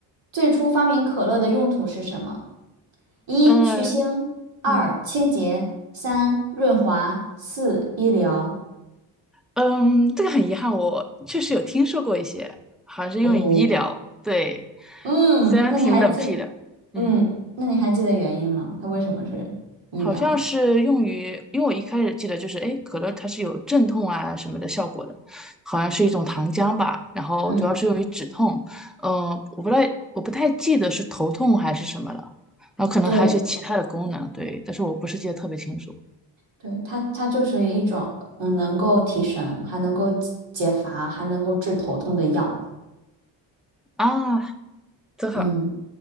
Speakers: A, on the right; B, in the centre.
A: 最初发明可乐的用途是什么？一、
B: 嗯
A: 去腥；二、
B: 嗯。
A: 清洁；三、润滑；四、医疗。
B: 嗯，这个很遗憾，我确实有听说过一些，好像是用于医疗，
A: 哦，
B: 对，
A: 嗯，
B: 虽然挺冷僻的，
A: 那你还记，
B: 嗯，
A: 嗯，那你还记得原因吗？它为什么是医疗？
B: 好像是用于，因为我一开始记得就是，哎，可乐它是有镇痛啊什么的效果的，好像是一种糖浆吧，然后主要是用于止痛，
A: 嗯，
B: 呃，我不太我不太记得是头痛还是什么了，然后可能还有一些其他的功能，
A: 对，
B: 对，但是我不是记得特别清楚
A: 对，它它就是一种嗯能够提神，还能够解解乏，还能够治头痛的药。
B: 啊，真好。
A: 嗯。